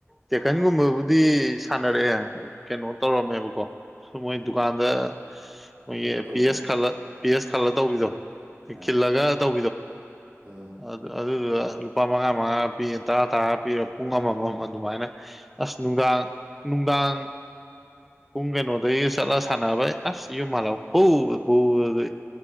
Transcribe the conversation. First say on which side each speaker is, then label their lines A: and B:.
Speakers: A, in the centre; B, on the right (about 35°).
A: ꯇꯦꯀꯟꯒꯨꯝꯕꯕꯨꯗꯤ ꯁꯥꯟꯅꯔꯛꯑꯦ ꯀꯩꯅꯣ ꯇꯧꯔꯝꯃꯦꯕꯀꯣ ꯃꯣꯏ
B: ꯑꯥ
A: ꯗꯨꯀꯥꯟꯗ ꯃꯣꯏꯒꯤ
B: ꯆꯠꯂꯣ ꯇꯧꯕꯤꯗꯣ
A: ꯄꯤ ꯑꯦꯁ ꯈꯜꯂ ꯄꯤ ꯑꯦꯁ ꯈꯜꯂ ꯇꯧꯕꯤꯗꯣ
B: ꯑꯥ
A: ꯈꯤꯂꯒ ꯗꯣ
B: ꯑꯥ
A: ꯑ ꯑꯗꯨꯗꯨꯗ ꯂꯨꯄꯥ ꯃꯉꯥ ꯃꯉꯥꯒ ꯄꯤꯔ ꯇꯔꯥ ꯇꯔꯥꯒ ꯄꯤꯔ ꯄꯨꯡ ꯑꯃꯃꯝ ꯑꯗꯨꯃꯥꯏꯅ ꯑꯁ ꯅꯨꯡꯗꯥꯡ ꯅꯨꯡꯗꯥꯡ ꯄꯨꯡ ꯀꯩꯅꯣꯗꯒꯤ ꯄꯤꯁꯥꯥ ꯁꯥꯟ ꯍꯥꯏ ꯑ ꯁꯤ ꯌꯨꯝꯃꯜꯥꯎ ꯐꯨꯕꯗꯥ ꯐꯨꯕꯗꯥ